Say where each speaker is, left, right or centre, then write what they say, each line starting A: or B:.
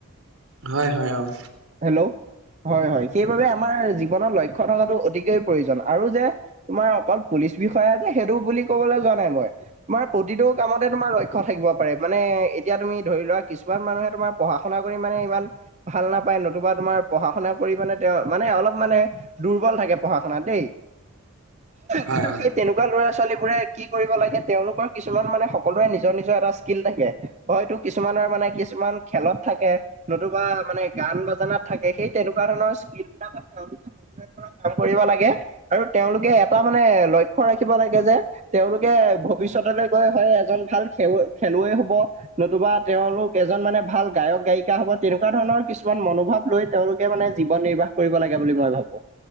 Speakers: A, on the right; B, on the right.
A: হয় হয় অঁ।
B: হেল্লৌ' হয় হয়, সেইবাবে আমাৰ জীৱনত লক্ষ্য থকাটো অতিকৈ প্ৰয়োজন আৰু যে- তোমাৰ অকল পুলিচ বিষয়া যে সেইটো বুলি কবলৈ যোৱা নাই মই, - তোমাৰ প্ৰতিটো কামতে তোমাৰ লক্ষ্য থাকিব পাৰে, মানে এতিয়া তুমি ধৰি লোৱা কিছুমান মানুহে তোমাৰ পঢ়া- শুনা কৰি মানে ইমান ভাল নাপায় নতুবা তোমাৰ পঢ়া - শুনা কৰি মানে তেওঁ মানে অলপ মানে- দুৰ্বল থাকে পঢ়া-শুনাত দেই,
A: হয়
B: কিন্তু
A: হয়
B: সেই তেনে- কোৱা ল'ৰা - ছোৱালীবোৰে কি কৰিব লাগে, তেওঁলোকৰ কিছুমান মানে সকলোৰে নিজৰ নিজৰ এটা স্কিল থাকে। হয়তো কিছুমানৰ মানে কিছুমান খেলত থাকে নতুবা মানে গান বাজানাত থাকে সেই তেনেকুৱা ধৰণৰ স্কিলবিলাকত তেওঁলোকে সৰুৰে পৰা কাম কৰিব লাগে। আৰু তেওঁলোকে এটা মানে লক্ষ্য ৰাখিব লাগে যে তেওঁলোকে ভৱিষ্যতলৈ গৈ হয় এজন ভাল খেলুৱৈ খেলুৱৈ হব। নতুবা তেওঁলোক এজন মানে ভাল গায়ক- গায়িকা হব তেনেকুৱা ধৰণৰ কিছু মান মনোভাৱ লৈ তেওঁলোকে মানে জীৱন নিৰ্বাহ কৰিব লাগে বুলি মই ভাবো।